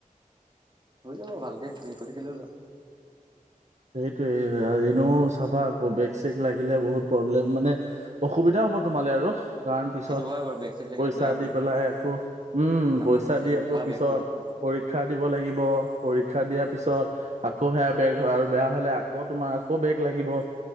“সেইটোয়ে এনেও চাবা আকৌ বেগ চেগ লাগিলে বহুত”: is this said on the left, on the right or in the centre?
Right